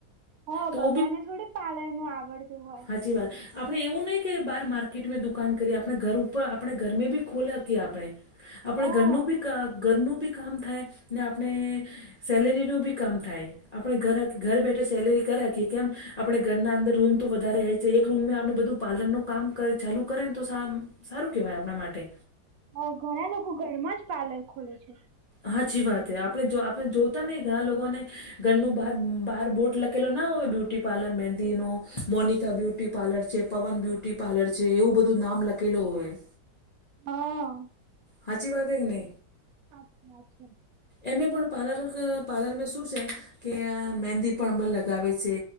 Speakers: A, on the right; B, on the left.
A: હ
B: તો
A: બધાને થોડી પાર્લર નું આવડતું હોય
B: સાચી વાત આપણે એવું નહી કે બહાર માર્કેટમાં દુકાન કરીએ આપણે ઘર ઉપર આપણે ઘર મે બી ખોલેકીએ આપણે આપણે
A: હા
B: ઘરેણું ભી ક ઘરેનું બી કામ થાય ને આપણે સેલેરીનું બી કામ થાય આપણે ઘર બેઠે સેલેરી કર રાખીએ કેમ આપણે ઘરના અંદર રૂમ તો વધારે છે એક રૂમ આપડ બધું પાલર ણુ કામ કરે ચાલુ કરે ને તો સારું કેહેવાય આપણા માટે
A: અ ઘણા લોકો ઘરમાં જ પાર્લર ખોલે છે
B: હાચી વાત આપણે જો આપણે જોતા નહ ઘણા લોકોને ઘરનું બાર બહાર બોટ લખેલો ના હોય બ્યુટી પાર્લર મંદીનો મોનિકા બ્યુટી પાર્લર છે પવન બ્યુટી પાર્લર છે એવું બધું નામ લખેલ હોય
A: હા
B: હાચી વાગત કે ને
A: અચ્છા અચ્ છેા
B: એમે પણ પાર્લર પાર્લરને શું છે કે મહેંદી પણ અર લગ ગવે છે